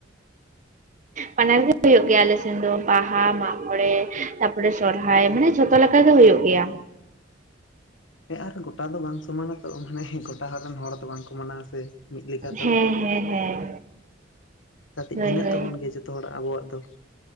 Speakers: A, on the right (about 40°); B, on the left (about 80°).
A: ᱵᱟᱱᱟᱨ ᱜᱮ ᱦᱳᱭᱳᱜ ᱜᱮᱭᱟ ᱟᱞᱮ ᱥᱮᱱ ᱫᱚ ᱵᱟᱦᱟ ᱢᱟᱜ ᱢᱚᱬᱮ ᱛᱟᱯᱚᱨᱮ ᱥᱚᱨᱦᱟᱭ ᱢᱟᱱᱮ ᱡᱷᱚᱛᱚ ᱞᱮᱠᱟ ᱜᱮ ᱦᱳᱭᱳᱜ ᱜᱮᱭᱟ
B: ᱦᱮᱸ ᱟᱨ ᱜᱚᱴᱟ ᱫᱚ ᱵᱟᱝ ᱥᱚᱢᱟᱱᱟ ᱛᱚ ᱢᱟᱱᱮ ᱜᱚᱴᱟ ᱦᱚᱲ ᱨᱮᱱ ᱦᱚᱲ ᱫᱚ ᱵᱟᱝᱠᱚ ᱢᱟᱱᱟᱣᱟ ᱥᱮ ᱢᱤᱫ ᱞᱮᱠᱟ ᱛᱚ
A: ᱦᱮᱸ ᱦᱮᱸ ᱦᱮᱸ
B: ᱠᱟᱹᱴᱤᱡ
A: ᱦᱳᱭ
B: ᱵᱷᱤᱱᱟᱹᱜ
A: ᱦᱳᱭ
B: ᱛᱟᱵᱚᱱ ᱜᱮᱭᱟ ᱡᱚᱛᱚ ᱦᱚᱲᱟᱜ ᱟᱵᱚᱣᱟᱜ ᱫᱚ